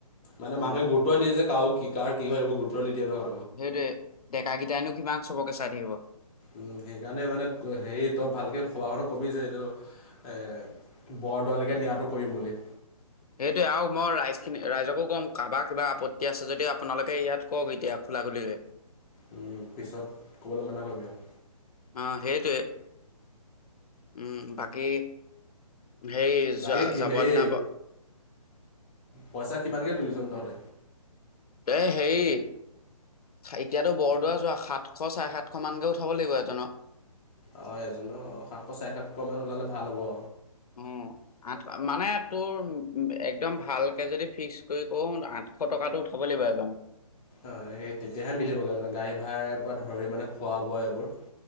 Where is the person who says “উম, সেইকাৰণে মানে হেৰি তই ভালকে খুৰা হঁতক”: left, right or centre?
Left